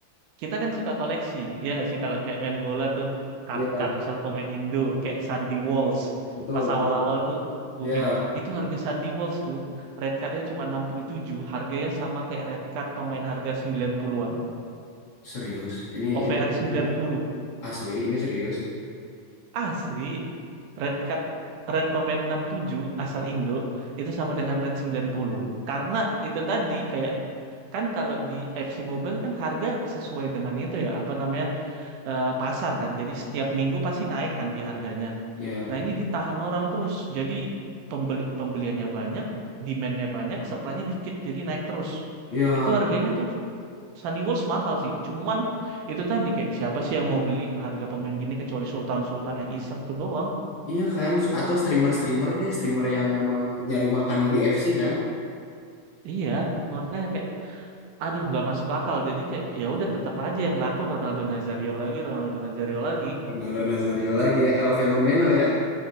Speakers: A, on the right (about 80°); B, on the left (about 60°).
A: kita kan suka koleksi. Ya nggak sih kalau kayak main bola tuh kart-kart
B: Iya,
A: misal pemain Indo kayak Sandy Walsh
B: betul,
A: pas awal-awal
B: betul.
A: tuh booming.
B: Ya,
A: Itu harga Sandy Walsh tuh red card-nya cuma 67, harganya sama kayak red card pemain harga 90-an.
B: serius. Ini
A: OVR
B: ini nggak bohong kan?
A: puluh.
B: Asli, ini serius.
A: Asli, red card red pemain 67 asal Indo itu sama dengan red 90. Karena itu tadi kayak kan kalau di FC Mobile kan harga sesuai dengan itu ya, apa namanya? eh, pasar kan. Jadi setiap minggu pasti naik kan di harganya.
B: Ya,
A: Nah, ini ditahan orang terus. Jadi pembeli pembeliannya banyak, demand-nya banyak, supply-nya dikit. Jadi naik terus.
B: ya,
A: Itu harganya tuh Sandy Walsh mahal sih. Cuman itu tadi kayak siapa sih yang mau beli harga pemain gini kecuali Sultan-Sultan yang iseng tuh doang.
B: iya kan? Atau streamer-streamer deh, streamer yang memang nyari makannya di FC kan?
A: Iya, makanya kayak aduh nggak masuk akal. Jadi kayak ya udah tetap aja yang laku Ronaldo Nazario lagi, Ronaldo Nazario lagi.
B: Ronaldo Nazario lagi ya, El Fenomeno ya.